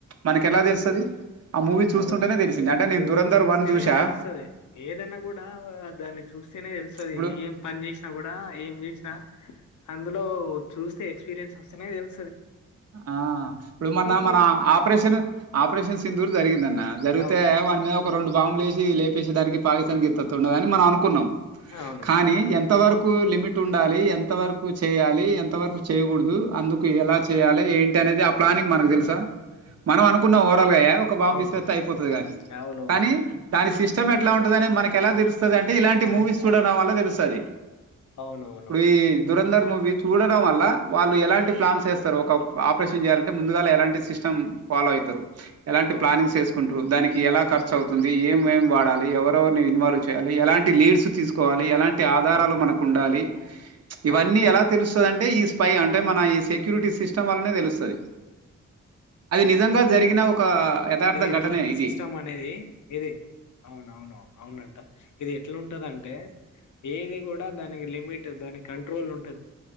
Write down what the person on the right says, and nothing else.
మనకి ఎలా తెలుస్తది. ఆ మూవీ చూస్తుంటేనే
తెలిసింది
అంటే నేను
దురంధర్
వన్ చూసా
ఇప్పుడు
ఆ ఇప్పుడు మొన్న
మన ఆపరేషన్ ఆపరేషన్ సింధుర్ జరిగిందన్న జరిగితే
వాని మీద ఒక రెండు బాములు లేపేసే దానికి పాకిస్తానికి ఎత్తతుండదని మనం అనుకున్నాం.
కానీ ఎంత వరకు లిమిట్ ఉండాలి ఎంత వరకు చేయాలి ఎంత వరకు చేయకూడదు అందుకు ఎలా చెయ్యాలి ఏంటి అనేది ఆ ప్లానింగ్ మనకు తెలుసా మనం అనుకున్నాం ఓవరాల్గా ఒక బాంబు
ఐసిరేత్తే అయిపోతది గాని
కానీ
దాని సిస్ట్ <unintelligible> ఎట్లావుంటదని మనకెలా తెలుస్తు అంటే ఇలాంటి
మూవీస్ చూడడం వల్ల తెలుస్త స్తది
ఇప్పుడు ఈ దురంధర్ మూవి చూడడం వల్ల వాళ్ళు ఎలాంటి ప్లాన్స్ ఏస్త సారు ఒక ఆపరేషన్ చేయాలంటే ముందుగా ఎలాంటి సిస్టమ్ ఫాలో అయితరు ఎలాంటి
ప్లానింగ్స్ వేసుకుంటరు దానికి ఎలా ఖర్చు అవుతుంది ఏమేమేం వాడాలి ఎవరెరోవరిని ఇన్వాల్వ్ చేయాలి ఎలాంటి లీడ్స్ తీసుకోవాలి ఎలాంటి టి ఆధారాలు
మనకు ఉండాలి ఇవన్నీ
ఎలా తెలుస్తదంటే అంటే ఈ స్పై అంటే మన ఈ శక్ క్యూరిటీ సిస్టమ్ వాల్నే తెలుస్తది. నిజంగా జరిగిన ఒక యథార్థ
ఘటనే ఇది